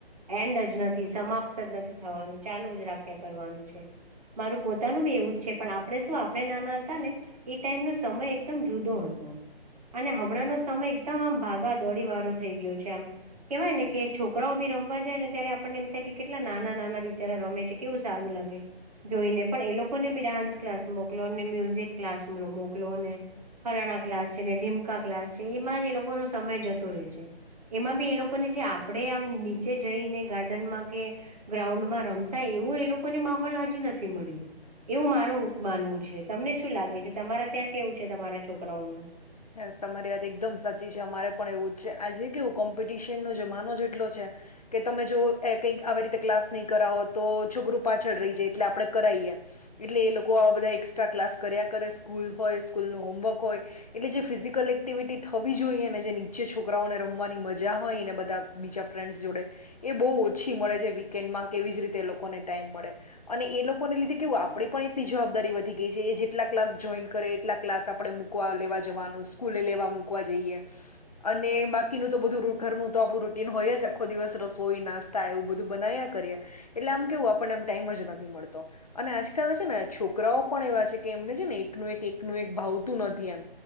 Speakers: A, on the right; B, on the left.
A: એન્ડ જ નથી. સમાપ્ત જ નથી થવાનું. ચાલુ જ રાખ્યા કરવાનું છે, મારું પોતાનું બી એવું જ છે પણ આપણે શું આપણે નાના હતા ને એ ટાઈમનો સમય એકદમ જુદો હતો. અને હમણાંનો સમય એકદમ આમ ભાગા દોડી વારો થઈ ગયો છે આમ. કેવાય ને કે છોકરાઓ બી રમવા જાય ને ત્યારે આપણને એમ થાય કે કેટલા નાના નાના બી જ્યારે રમે છે, કેવું સારું લાગે જોઈ ને પણ એ લોકોને બી ડાન્સ ક્લાસ મોકલો ને મ્યુઝિક ક્લાસ મોકલોને. ફલણા ક્લાસ છે, ને ઢીમકા ક્લાસ છે એમાં એ લોકોનો સમય જતો રહે છે. એમાં બી એ લોકોને જે આપણેે આમ નીચે જઈને ગાર્ડનમાં કે ગ્રાઉન્ડમાં. રમતા એવું એ લોકોને માહોલ હજી નથી મળ્યું. એવું મારું માનવું છે તમને શું લાગે છે? તમારા ત્યાં કેવું છે તમારા છોકરાઓનું
B: બસ તમારી વાત એકદમ સાચી છે, અમારે પણ એવું જ છે આ જે કેવું કં પીટીશન નો જમાનો જેટલો છે. કે તમે જો કંઈક આવી રીતે ક્લાસ નહીં કરાવો તો છોકરું પાછળ રહી જાય એટલે આપડણે કરાઈએ. એટલે એ લોકો આવા બધા એસ્ટ્રા ક્લાસ કર્યા કરે સ્કૂલ હોય સ્કૂલ નું હોમવર્ક હોય. એટલે જે ફિઝિકલ એક્ટિવિટી થવી જોઈએ અને જે નીચે છોકરાઓને રમવાની મજા હોય ને બધા. બીજા ફ્રેન્ડ્સ જોડે એ બહુ ઓછી મળે છે, વીકેન્ડમાં કેવી જ રીતે એ લોકોને ટાઈમ મળે. અને એ લોકોને લીધે કેવું આપણી પણ એટલી જવાબદારી વધી ગઈ છે એ જેટલા ક્લાસ જોઈન કરે એટલા ક્લાસ આપણેે મુકવા. લેવા જવાનું સ્કૂલે લેવા મૂકવા જઈએ. અને બાકીનું તો બધું ઘરનું તો આપણું રૂટીન હોય જ આખો દિવસ રસોઈ નાસ થાય એવું બધું બનાવ્યા કરીએ એટલે આમ કેવું આપણને એમ ટાઈમ જ નથી મળતો. અને આજકાલ છે ને છોકરાઓ પણ એવા છે કે એમને છે ને એકનું એક એકનું એક ભાવતું નથી એમ.